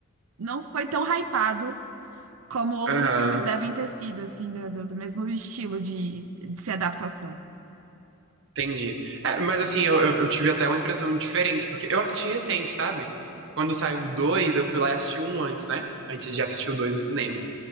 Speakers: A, on the right; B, on the right.
A: não foi tão hypado como outros
B: aham.
A: filmes devem ter sido, assim, do, do, do mesmo estilo de, de ser adaptação.
B: Entendi. É, mas assim, eu, eu- eu tive até uma impressão diferente, porque eu assisti recente, sabe? Quando saiu o 2, eu fui lá e assisti um antes, né? Antes de assistir o 2 no cinema.